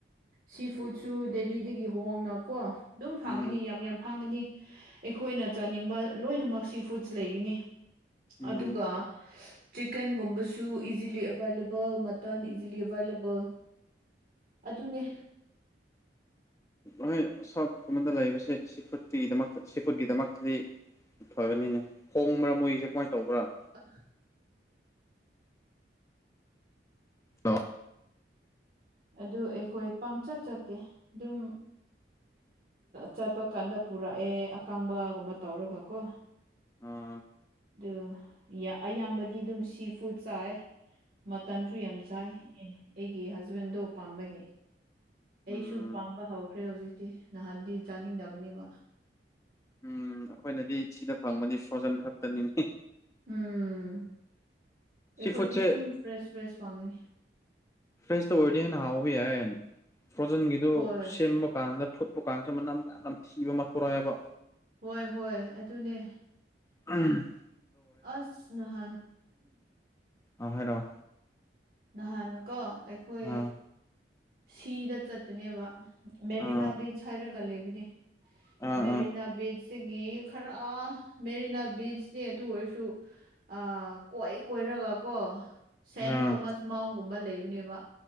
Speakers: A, on the right; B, on the left.
A: ꯁꯤ ꯐꯨꯗꯁꯨ
B: ꯎꯝ
A: ꯗꯦꯂꯤꯗꯒꯤ ꯍꯣꯡꯅ ꯀꯣ ꯑꯗꯨꯝ ꯐꯪꯉꯅꯤ
B: ꯎꯝ
A: ꯌꯥꯝ ꯌꯥꯝ ꯐꯪꯒꯅꯤ ꯑꯩꯈꯣꯏꯅ ꯆꯥꯅꯤꯡꯕ ꯂꯣꯏꯅꯃꯛ ꯁꯤ ꯐꯨꯗꯁ ꯂꯩꯈꯤꯅꯤ
B: ꯎꯝ
A: ꯑꯗꯨꯒ ꯆꯤꯛꯀꯟꯒꯨꯝꯕꯁꯨ ꯏꯖꯤꯂꯤ ꯑꯦꯕꯥꯏꯂꯦꯕꯜ ꯃꯇꯟ ꯏꯖꯤꯂꯤ ꯑꯦꯕꯥꯏꯂꯦꯕꯜ ꯑꯗꯨꯅꯦ
B: ꯍꯣꯏ ꯁꯣꯀꯨꯝꯕꯗ ꯂꯩꯕꯁꯦ ꯁꯤ ꯐꯨꯗꯠꯇꯨꯒꯤꯗꯃꯛꯇ ꯁꯤ ꯐꯨꯠꯀꯤꯗꯃꯛꯇꯗꯤ ꯐꯒꯅꯤꯅꯦ ꯍꯣꯡꯕ꯭ꯔꯥ ꯃꯣꯏꯁꯦ ꯀꯃꯥꯏꯅ ꯇꯧꯕ꯭ꯔꯥ
A: ꯑ
B: ꯑ
A: ꯑꯗꯨ ꯑꯩꯈꯣꯏ ꯄꯪꯆꯠ ꯆꯠꯇꯦ ꯑꯗꯨꯝ ꯆꯠꯄ ꯀꯥꯟꯗ ꯄꯨꯔꯛꯑꯦ ꯑꯀꯪꯕꯒꯨꯝꯕ ꯇꯧꯔꯒ ꯀꯣ
B: ꯑꯥ
A: ꯑꯗꯨ ꯑꯌꯥꯝꯕꯗꯤ ꯑꯗꯨꯝ ꯁꯤ ꯐꯨꯗ ꯆꯥꯏꯦ ꯃꯇꯁꯨ ꯌꯥꯝ ꯆꯥꯏ ꯑꯦ ꯑꯩꯒꯤ ꯍꯖꯕꯦꯟꯗꯣ ꯄꯥꯝꯕꯒꯤ
B: ꯎꯝ
A: ꯑꯩꯁꯨ ꯄꯥꯝꯕ ꯍꯧꯈ꯭ꯔꯦ ꯍꯧꯖꯤꯛꯇꯤ ꯅꯍꯥꯟꯗꯤ ꯆꯥꯅꯤꯡꯗꯕꯅꯦꯕ
B: ꯎꯝ ꯑꯩꯈꯣꯏꯅꯗꯤ ꯁꯤꯗ ꯐꯪꯕꯗꯤ ꯐ꯭ꯔꯣꯖꯟ ꯈꯛꯇꯅꯤꯅꯤ
A: ꯎꯝ ꯑꯩꯈꯣꯏꯗꯤ
B: ꯁꯤ ꯐꯨꯗꯁꯦ
A: ꯑꯗꯨꯝ ꯐ꯭ꯔꯦꯁ ꯐ꯭ꯔꯦꯁ ꯐꯪꯉꯦ
B: ꯐ꯭ꯔꯦꯁꯇ ꯑꯣꯏꯔꯗꯤ ꯍꯦꯟꯅ ꯍꯥꯎꯕ ꯌꯥꯏ ꯐ꯭ꯔꯣꯖꯟꯒꯤꯗꯨ
A: ꯍꯣꯏ
B: ꯁꯦꯝꯕ ꯗꯨ ꯀꯥꯟꯗ ꯐꯨꯠ ꯀꯥꯟꯁꯨꯅꯝ ꯌꯥꯝꯅ ꯊꯤꯕ ꯃꯊꯣꯔꯛꯑꯦꯕ
A: ꯍꯣꯏ ꯍꯣꯏ ꯑꯗꯨꯅꯦ
B: ꯎꯝ
A: ꯑꯁ ꯅꯍꯥꯟ
B: ꯑ ꯍꯥꯏꯔꯣ
A: ꯅꯍꯥꯟ ꯀꯣ ꯑꯩꯈꯣꯏ
B: ꯑꯥ
A: ꯁꯤꯗ ꯆꯠ ꯅꯦꯕ ꯃꯦꯔꯤꯅꯥ
B: ꯑꯥ
A: ꯕꯤꯆ ꯍꯥꯏꯔꯒ ꯂꯩꯕꯅꯦ
B: ꯑꯥ
A: ꯃꯦꯔꯤꯅꯥ
B: ꯑꯥ
A: ꯕꯤꯆ ꯁꯤꯒꯤ ꯈꯔ ꯃꯦꯔꯤꯅꯥ ꯕꯤꯁꯅꯦ ꯑꯗꯨ ꯑꯣꯏꯔꯁꯨ ꯑ ꯀꯣꯏ ꯀꯣꯏꯔꯒ ꯀꯣ ꯁꯦꯟ
B: ꯑꯥ
A: ꯊꯣꯃꯁ ꯃꯥꯎꯟꯒꯨꯝꯕ ꯂꯩꯕꯅꯦꯕ